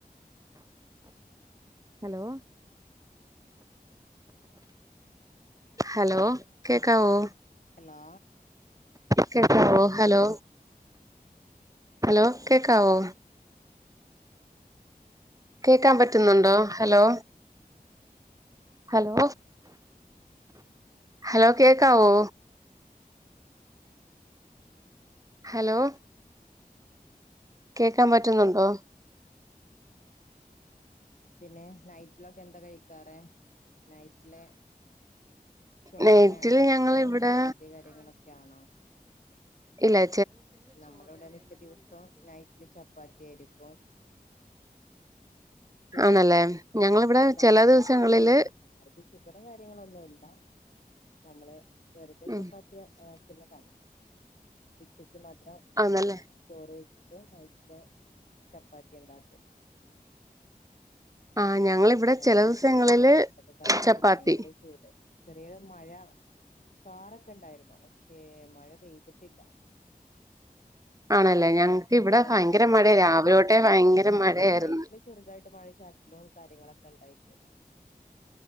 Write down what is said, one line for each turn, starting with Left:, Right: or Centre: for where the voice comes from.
Right: ഹലോ ഹലോ കേക്കാവൊ
Left: ഹലോ
Right: കേക്കാവോ ഹലോ ഹലോ കേക്കാവോ കേക്കാൻ പറ്റുന്നുണ്ടോ? Hello, hello. ഹലോ, കേക്കാവോ? ഹലോ, കേക്കാൻ പറ്റുന്നുണ്ടോ?
Left: പിന്നെ നൈറ്റിലൊക്കെ എന്താ കഴിക്കാറ്? നൈറ്റ്ലെ ചോറ്ന്നെയാണോ?
Right: നെറ്റില് ഞങ്ങൾ
Left: അതോ
Right: ഇവിടെ
Left: ചപ്പാത്തി കാര്യങ്ങളൊകെയാണോ?
Right: ഇല്ലേ
Left: നമ്മള ഇവിടെ മിക്ക ദിവസം നൈറ്റില് ചപ്പാത്തി ആരിക്കും ഷുഗർ,
Right: ആണല്ലേ ഞങ്ങളിവിടെ
Left: ഡയറ്റിന്റെ
Right: ചില ദിവസങ്ങളില്
Left: ഭാഗമായിട്ട് ആർക്കും ഷുഗറും കാര്യങ്ങളോന്നും ഇല്ല. നമ്മളെ വെറുതെ
Right: ഉം
Left: ചപ്പാത്തി ആക്കുന്നതാണ്. ഉച്ചക്ക് മാത്രം
Right: ആന്നല്ലേ
Left: ചോറ് വെച് ട്ട് നൈറ്റില് ചപ്പാത്തി ഉണ്ടാക്കും.
Right: ആഹ്
Left: പിന്നെ
Right: ഞങ്ങളിവിടെ
Left: നല്ല
Right: ചില ദിവസങ്ങളില്
Left: ചൂടാണ് ഇന്നത്തെയൊക്കെ കാലാവസ്ഥ
Right: ചപ്പാത്തി
Left: ഭയങ്കര ചൂട്. വേയം മഴ. കാറൊക്കെ ഉണ്ടായിരുന്നോ പക്ഷെ മഴ പെയ്തിട്ടില്ല.
Right: ആണല്ലേ
Left: സഹിക്കാൻ
Right: ഞങ്ങക്ക് ഇവിടെ
Left: പറ്റാത്ത
Right: ഭയങ്കര
Left: ചൂട്
Right: മഴയ രാവിലെ തൊട്ടേ ഭയങ്കര മഴയായിരുന്നു
Left: ഇന്നലെ നൈറ്റില് ചെറുതായിട്ട് മഴ ചാറ്റി ലോൺ കാര്യങ്ങളൊക്കെ ഉണ്ടായിട്ടുണ്ട്